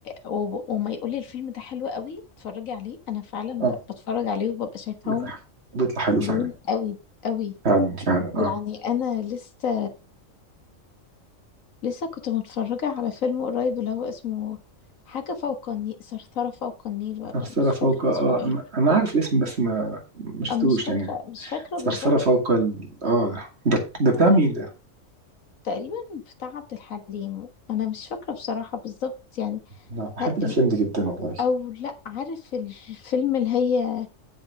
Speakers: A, on the left; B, on the right.
A: و... وما يقول لي الفيلم ده حلو قوي اتفرجي عليه انا فعلا ب...
B: اه
A: بتفرج عليه وببقى شايفاهم
B: بيطلع بيطلع حلو
A: حلوين
B: فعلا
A: قوي قوي
B: فعلا فعلا اه
A: يعني انا لسه لسه كنت متفرجه على فيلم قريب اللي هو اسمه حاجه فوق النيل ثرثره فوق النيل ولا
B: ثرثرة
A: مش
B: فوق
A: فاكره
B: اه
A: اسمه ايه
B: انا أنا عارف الاسم بس ما ما شفتوش
A: أنا مش فاكره
B: يعني
A: مش فاكره بالظبط
B: ثرثرة فوق ال... اه ده ده ده بتاع مين ده؟
A: تقريبا بتاع عبد الحليم انا مش فاكره بصراحه بالظبط يعني
B: انا بحب
A: ه-
B: الافلام
A: ال-
B: دي جدا والله
A: او لا عارف الفيلم اللي هي